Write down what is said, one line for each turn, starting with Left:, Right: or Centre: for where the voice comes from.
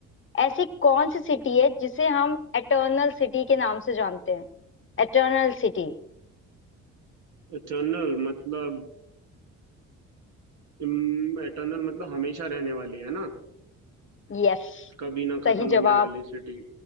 Left: ऐसी कौन सी सिटी है जिसे हम एटर्नल सिटी के नाम से जानते हैं Eternal city
Right: एटर्नल मतलब एटर्नल मतलब हमेशा रहने वाली है ना
Left: यस
Right: कभी ना खत्म
Left: सही
Right: होने
Left: जवाब
Right: वाली सिटी